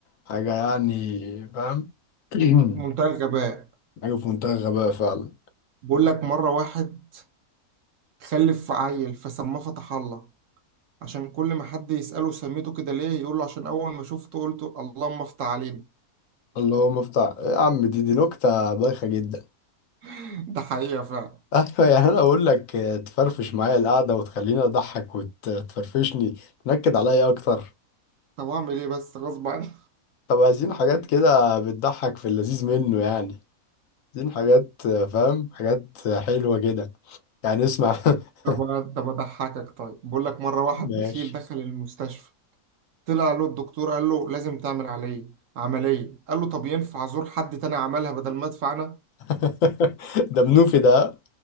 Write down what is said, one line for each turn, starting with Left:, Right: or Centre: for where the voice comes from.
Left: حاجة يعني فاهم <clears throat>
Right: منتهى الغباء
Left: حاجة في منتهى الغباء فعلا
Right: بقول لك مره واحد خلف عيل فسماه فتح الله عشان كل ما حد يسأله سميته كده ليه يقول له عشان أول ما شفته قلت اللهم افتح علينا
Left: اللي هو مفتاح يا عم دي دي نكتة بايخة جدا
Right: <laughs> ده حقيقة فعلا
Left: <laughs> أيوة يعني أنا أقول لك تفرفش معايا القعدة وتخليني أضحك وتفرفشني تنكد عليا أكتر
Right: طب اعمل ايه بس غصب عني
Left: طب عايزين حاجات كده بتضحك في اللذيذ منه يعني عايزين حاجات فاهم حاجات حلوة كده يعني اسمع
Right: <laughs>
Left: <laughs>
Right: طب طب اضحكك طيب بقول لك مره واحد
Left: ماشي
Right: بخيل دخل المستشفى طلع له الدكتور قال له لازم تعمل عليه عمليه قال له طب ينفع ازور حد تاني عملها بدل ما ادفع انا
Left: <laughs> ده منوفي ده